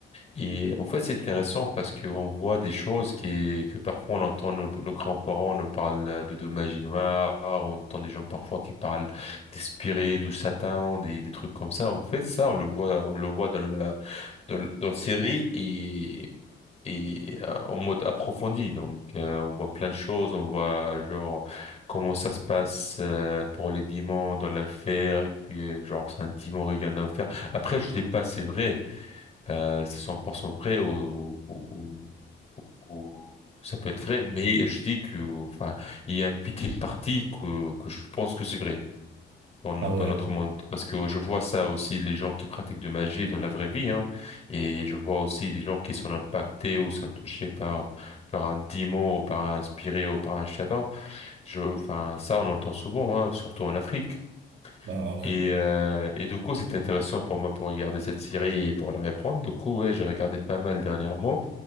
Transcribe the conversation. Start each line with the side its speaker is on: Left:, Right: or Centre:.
Left: Et en fait, c'est intéressant parce qu'on voit des choses qui, que parfois on entend nos, nos grands-parents nous parlent de, de magie noire, on entend des gens parfois qui parlent d'esprit, de Satan, des, des trucs comme ça. En fait, ça, on le voit, on le voit dans la, dans, le- dans la série et et euh, en mode approfondi. Donc, euh, on voit plein de choses, on voit genre comment ça se passe euh, pour les diamants dans l'affaire, et puis euh, genre c'est un diamant regagne dans l'affaire. Après, je dis pas c'est vrai, euh, c'est 100% vrai ou, ou- ou- ou- ça peut être vrai, mais je dis que enfin il y a une petite partie que que je pense que c'est vrai dans, no-
Right: Ah ouais.
Left: dans notre monde. Parce que je vois ça aussi, les gens qui pratiquent de magie dans la vraie vie, hein, et je vois aussi les gens qui sont impactés ou sont touchés par, par un démon ou par un spirit ou par un châtain. Je, enfin, ça, on entend souvent, hein, surtout en Afrique.
Right: Bah ouais.
Left: Et,
Right: ouais.
Left: euh, et du coup, c'est intéressant pour moi pour regarder cette série et pour la reprendre. Du coup, ouais, j'ai regardé pas mal dernièrement.